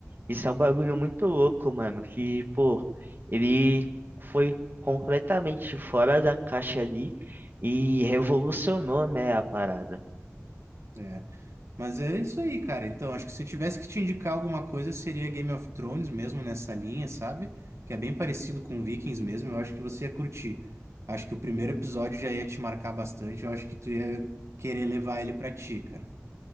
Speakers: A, on the right (about 40°); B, on the right (about 60°).
A: isso é um bagulho muito louco, mano. Que, pô, ele foi completamente fora da caixa ali e revolucionou, né, a parada.
B: É. Mas é isso aí, cara. Então, acho que se eu tivesse que te indicar alguma coisa, seria Game of Thrones mesmo nessa linha, sabe? Que é bem parecido com Vikings mesmo. Eu acho que você ia curtir. Acho que o primeiro episódio já ia te marcar bastante. Eu acho que tu ia querer levar ele pra ti, cara.